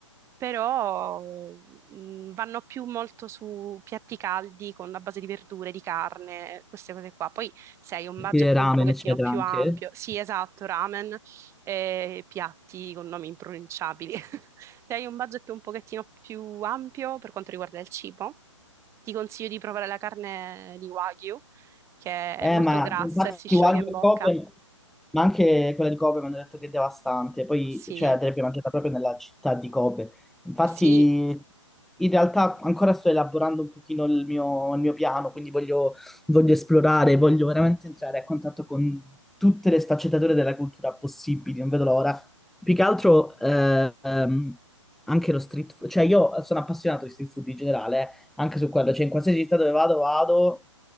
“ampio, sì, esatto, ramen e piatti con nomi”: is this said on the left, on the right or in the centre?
Right